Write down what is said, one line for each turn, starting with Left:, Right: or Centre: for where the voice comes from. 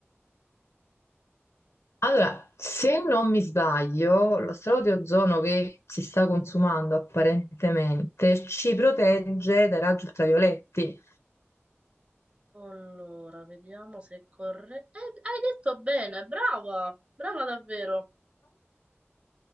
Left: Allora, se non mi sbaglio, lo strato di ozono che si sta consumando apparentemente ci protegge dai raggi ultravioletti.
Right: Allora, vediamo se è corretto. Eh, hai detto bene, brava! Brava davvero.